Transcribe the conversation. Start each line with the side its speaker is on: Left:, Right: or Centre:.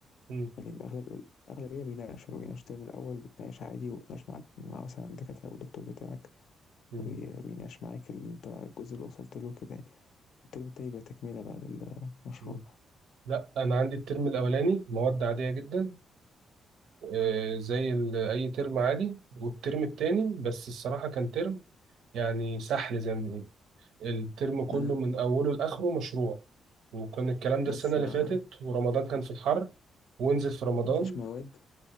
Right: مم.
Left: لكن الأغلب الأغلبية بيناقشوا بيناقش الترم الأول بتناقش عادي وبتناقش مع مع مثلا الدكاترة أو الدكتور بتاعك
Right: مم.
Left: وبيناقش معاك اللي أنت الجزء اللي وصلت له كده يعني. الترم التاني بقى تكملة بقى للمشروع
Right: مم. لا أنا عندي الترم الأولاني مواد عادية جدا آه، زي ال- أي ترم عادي والترم التاني بس الصراحة كان ترم يعني سحل زي ما بيقولوا الترم كله
Left: آه،
Right: من أوله لآخره مشروع وكان الكلام ده
Left: بس
Right: السنة اللي
Left: ما
Right: فاتت ورمضان كان في الحر ونزل في رمضان
Left: ما فيش مواد